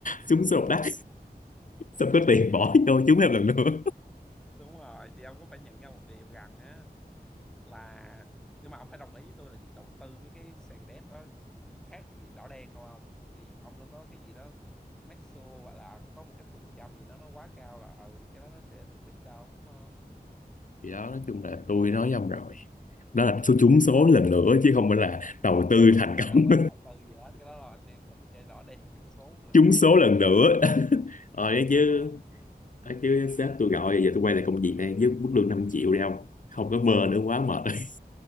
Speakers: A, on the left; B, in the centre.
A: trúng số độc đắc xong có tiền bỏ vô trúng thêm lần nữa
B: đúng rồi thì ông có phải nhận ra một điều rằng á là nhưng mà ông phải đồng ý với tôi là việc đầu tư mấy cái sàn đép đó khác gì đỏ đen đâu không thì ông nó có cái gì đó make sure hoặc là có một cái phần trăm gì đó nó quá cao là ừ cái đó nó sẽ được lít đâu đúng không
A: thì đó nói chung là tôi nói với ông rồi đó là số trúng số lần nữa chứ không phải là đầu tư
B: đúng rồi
A: thành công
B: cái đó không phải là đầu tư gì hết cái đó là anh em mình chơi đỏ đen trúng số
A: <laughs>
B: một lần
A: trúng
B: nữa
A: số lần nữa <laughs> ờ đấy chứ
B: đúng rồi
A: đấy chứ sếp tôi gọi giờ tôi quay lại công việc này với mức lương 5 triệu đi không không có mơ nữa quá mệt <laughs>